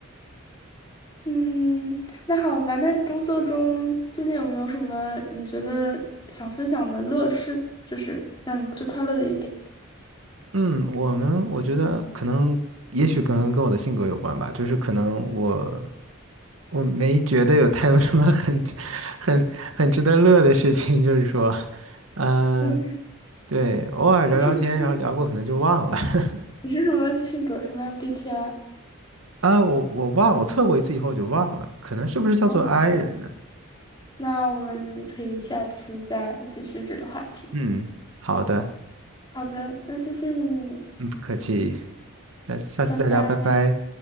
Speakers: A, on the left (about 20°); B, on the right (about 80°).
A: 嗯，那好吧。那工作中最近有没有什么你觉得想分享的乐事，就是让你最快乐的一点？
B: 嗯，我们我觉得可能，也许可能跟我的性格有关吧，就是可能我我没觉得有太有什么很 <laughs> 很很值得乐的事情，就是说，嗯，
A: 嗯，
B: 对，偶尔聊聊天，
A: 你是什么性格？
B: 然后聊过可能就忘了 <laughs>
A: 你是什么性格？什么 MBTI？
B: 啊，我我忘，我测过一次以后我就忘了，可能是不是叫做
A: 哦，
B: I 人呢？
A: 那我们可以下次再继续这个话题。
B: 嗯，好的，
A: 好的，那谢谢你，
B: 嗯，不客气，那下次再聊，
A: 拜拜。
B: 拜拜。